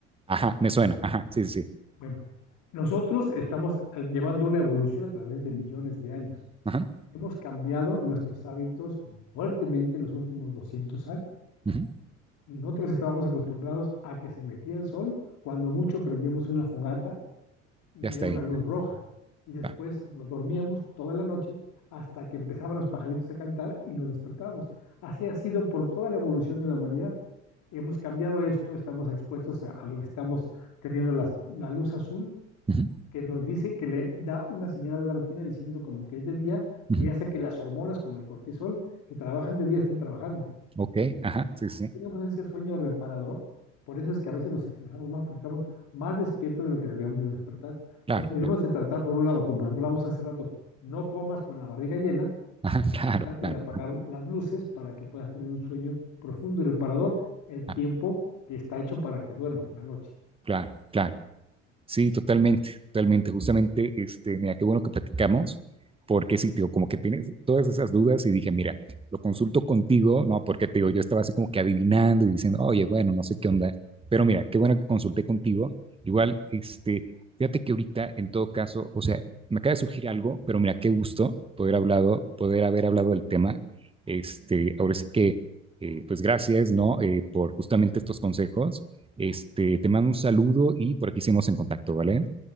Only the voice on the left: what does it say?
Bueno, nosotros estamos eh, llevando una evolución a través de millones de años.
Hemos cambiado nuestros hábitos fuertemente en los últimos 200 años.
Nosotros estábamos acostumbrados a que se metía el sol, cuando mucho prendíamos una fogata y
era una
luz roja. Y después
nos dormíamos toda la noche hasta que empezaban los pajaritos a cantar y nos despertábamos. Así ha sido por toda la evolución de la humanidad. Hemos cambiado esto, estamos expuestos a, a lo que estamos teniendo las- la luz azul
que nos dice que le da una señal a la retina diciendo como que es de día
y
hace que las hormonas como el cortisol que trabajan de día estén trabajando.
Entonces,
tenemos ese sueño reparador, por eso es que a veces nos estresamos más porque estamos más despiertos de lo que deberíamos de despertar. Entonces,
debemos
de tratar, por un lado, como hablamos hace rato, no comas con la barriga llena
y trate
de apagar las luces para que puedas tener un sueño profundo y reparador el
tiempo que está hecho para que duermas la noche.